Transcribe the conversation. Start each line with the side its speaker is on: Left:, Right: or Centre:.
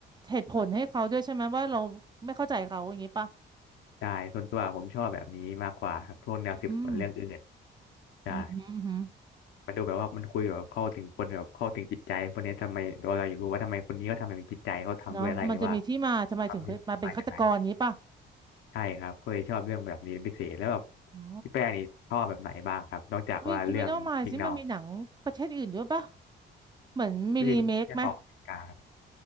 Right: เหตุผลให้เขาด้วยใช่ไหมว่าเราไม่เข้าใจเขาอย่างนี้ป่ะ
Left: ใช่ส่วนตัวผมชอบแบบนี้มากกว่าครับพวกแนวสืบสวนเรื่องอื่น
Right: อืม
Left: ใช่
Right: อืม อืม อืม
Left: มันดูแบบว่ามันคุยแบบเข้าถึงคนแบบเข้าถึงจิตใจคนเนี้ยทำไมเราอยูกรู้ว่าทำไมคนนี้เขาทำแบบนี้จิตใจเขาทำด้วยอะไรหรือว่า
Right: เนาะมันจะมีที่มาทำไมถึงไปมาเป็นฆาตกรอย่างนี้ป่ะ
Left: เขามีที่มาจากไหนใช่ครับก็เลยชอบเรื่องแบบนี้ปพิเศษแล้วแบบ
Right: อ๋อ
Left: พี่แป้งนี่ชอบแบบไหนบ้างครับนอกจากว่าเรื่องสิกแนล
Right: อุ้ย Criminal Minds นี่มันมีหนังประเทศอื่นด้วยป่ะเหมือนมีรีเมคไหม
Left: ก็จะมีเรื่องของอเมริกาครับ